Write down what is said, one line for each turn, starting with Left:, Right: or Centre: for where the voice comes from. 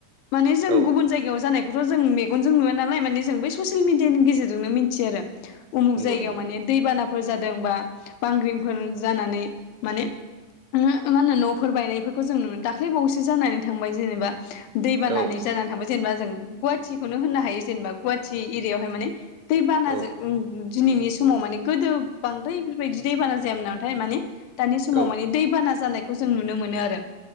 Left: माने जों
Right: औ
Left: गुबुन जायगायाव जानायखौथ' जों मेगनजों नुवा नालाय मान जों ब ससियेल मिडियानि गेजेरजोंनो मिथियो आरो उमुक
Right: नंगौ
Left: जायगायाव
Right: नंगौ
Left: माने दैबानाफोर जादोंबा बांग्रिंफोर जानानै माने ओमहो मा होनो न'फोर बायनायफोरखौ जों नुनो दाख्लै बावैसो जानानै थांबाय जेनेबा दै बानानै
Right: औ
Left: जानानै थांबाय। जेनेबा जों गुवाहाटिखौनो होननो हायो जेनेबा गुवाहाटि एरियाायावहाय माने दैबानाजों
Right: औ
Left: दिनैनि समाव माने गोदो बांद्राय बेफोरबायदि दैबाना जायामोन नामाथाय माने दानि समाव
Right: औ
Left: माने दैबाना जानायखौ जों नुनो मोनो। आरो